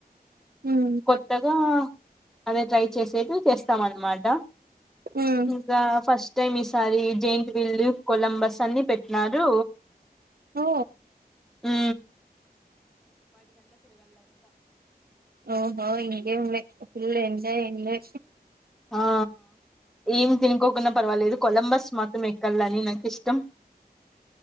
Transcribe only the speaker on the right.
ఉమ్
ఉమ్
ఓ
ఓహో ఇంగేం లే ఫుల్ల్ ఎంజాయ్ అండి.